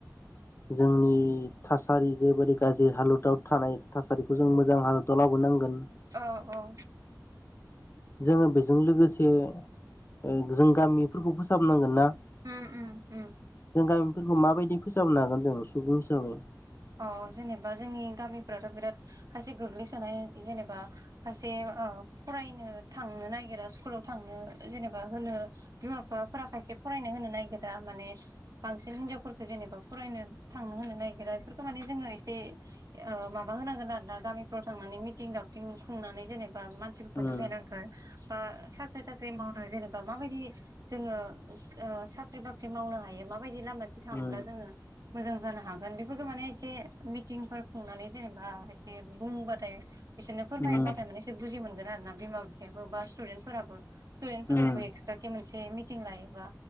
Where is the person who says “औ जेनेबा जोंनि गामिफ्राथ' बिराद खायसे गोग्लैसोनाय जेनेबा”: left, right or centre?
Right